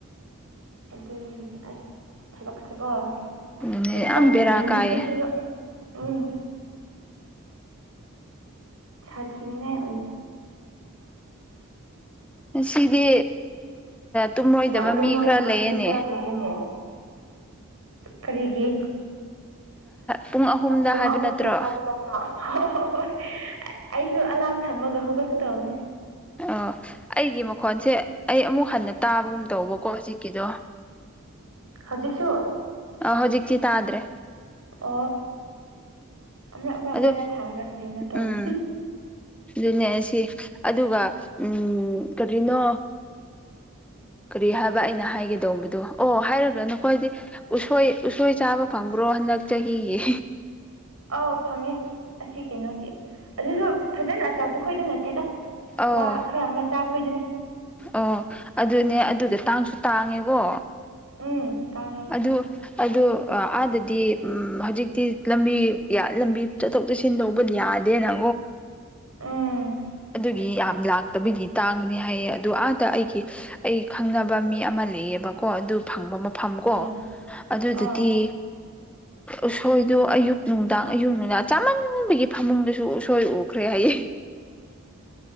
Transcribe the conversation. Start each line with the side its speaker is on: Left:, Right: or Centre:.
Right: ꯑꯗꯨꯅꯤ ꯑꯁ ꯊꯕꯛꯁꯦꯀꯣ
Centre: ꯑꯗꯨꯅꯦ
Right: ꯑꯗꯨꯛꯀꯥꯟꯒꯤ
Centre: ꯌꯥꯝ ꯕꯦꯔꯥ ꯀꯥꯏꯌꯦ
Right: ꯃꯤꯈꯣꯏꯁꯨ ꯎꯝ ꯁꯥꯊꯤꯅꯤꯉꯥꯏ ꯑꯣꯏ
Centre: ꯁꯤꯗꯤ ꯇꯨꯝꯂꯣꯏꯗꯕ
Right: ꯇꯨꯝꯃꯣꯏꯗꯕ
Centre: ꯃꯤ ꯈꯔ ꯂꯩꯌꯦꯅꯦ
Right: ꯃꯤ ꯈꯔ ꯂꯩꯌꯦꯅꯦ ꯀꯔꯤꯒꯤ
Centre: ꯄꯨꯡ ꯑꯍꯨꯝꯗ
Right: ꯀꯨ
Centre: ꯍꯥꯏꯕ
Right: ꯑꯍꯨꯝꯗ
Centre: ꯅꯠꯇ꯭ꯔꯣ
Right: ꯍꯥꯏꯗꯨ ꯂ ꯍꯣꯏ ꯑꯩꯁꯨ ꯑꯂꯥꯔꯝ ꯊꯝꯃꯒ ꯍꯧꯒꯠꯀꯗꯕꯅꯦ
Centre: ꯑꯣ ꯑꯩꯒꯤ ꯃꯈꯣꯟꯁꯦ ꯑꯩ ꯑꯃꯨꯛ ꯍꯟꯅ ꯇꯥꯕꯒꯨꯝ ꯇꯧꯕꯀꯣ ꯍꯧꯖꯤꯛꯀꯤꯗꯣ
Right: ꯍꯧꯖꯤꯛꯁꯨ
Centre: ꯑ ꯍꯧꯖꯤꯛꯁꯤꯤ ꯇꯥꯗ꯭ꯔꯦ
Right: ꯑꯣ ꯑꯃꯔꯞ ꯑꯃꯔꯞ
Centre: ꯑꯗꯣ
Right: ꯕꯦꯔꯥ ꯊꯥꯡꯗ꯭ꯔꯀꯦꯅꯣ ꯇꯧꯕꯅꯤ
Centre: ꯎꯝ ꯑꯗꯨꯅꯦ ꯁꯤ ꯑꯗꯨꯒ ꯎꯝ ꯀꯔꯤꯅꯣ ꯀꯔꯤ ꯍꯥꯏꯕ ꯑꯩꯅ ꯍꯥꯏꯒꯦꯗꯧꯕꯗꯨꯣ ꯑꯣ ꯍꯥꯏꯔꯒ꯭ꯔ ꯅꯈꯣꯏꯗꯤ ꯎꯁꯣꯏ ꯎꯁꯣꯏ ꯆꯥꯕ ꯐꯪꯕ꯭ꯔꯣ ꯣ ꯍꯟꯗꯛ ꯆꯍꯤꯒꯤ
Right: ꯑꯥꯎ ꯐꯪꯉꯦ ꯑꯁꯤ ꯀꯩꯅꯣꯒꯤ ꯑꯗꯨꯁꯨ ꯐꯖꯅ ꯑꯆꯧꯕ ꯈꯣꯏꯗꯤ ꯅꯠꯇꯦꯗ
Centre: ꯑꯣ
Right: ꯋꯥ ꯈꯔ ꯃꯆꯥ ꯈꯣꯏꯗꯨꯅꯤ
Centre: ꯑꯣ ꯑꯗꯨꯅꯦ ꯑꯗꯨ ꯑꯗꯨꯗ ꯇꯥꯡꯁꯨ ꯇꯥꯡꯉꯦꯀꯣ
Right: ꯎꯝ ꯇꯥꯡꯉꯦ
Centre: ꯑꯗꯨ ꯑꯗꯨꯗ ꯑꯥꯗꯗꯤ ꯍꯧꯖꯤꯛꯇꯤ ꯂꯝꯕꯤ ꯂꯝꯕꯤ ꯆꯠꯊꯣꯛ ꯆꯠꯁꯤꯟ ꯂꯧꯕꯗꯤ ꯌꯥ ꯑꯗꯦ ꯅꯣ
Right: ꯎꯝ
Centre: ꯑꯗꯨꯒꯤ ꯌꯥꯝ ꯂꯥꯛꯇꯕꯒꯤ ꯇꯥꯡꯕꯅꯤ ꯍꯥꯏꯌꯦ ꯑꯗꯨ ꯑꯥꯗ ꯑꯩꯒꯤ ꯑꯩ ꯈꯪꯅꯕ ꯃꯤ ꯑꯃꯅ ꯂꯩꯑꯕꯀꯣ ꯑꯗꯨ ꯐꯪꯕ ꯃꯐꯝ ꯀꯣ
Right: ꯍꯣꯏ
Centre: ꯑꯗꯨꯗꯨꯗꯤ
Right: ꯑꯥ <inaudible>
Centre: ꯎꯁꯣꯏꯗꯨꯣ ꯑꯌꯨꯛ ꯅꯨꯡꯗꯥꯡ ꯑꯌꯨꯛ ꯅꯨꯡꯗꯥꯡ ꯆꯥꯃꯟꯕꯒꯤ ꯐꯃꯨꯡꯗꯁꯨ ꯎꯁꯣꯏ ꯎꯈ꯭ꯔꯦ ꯍꯥꯏꯌꯦ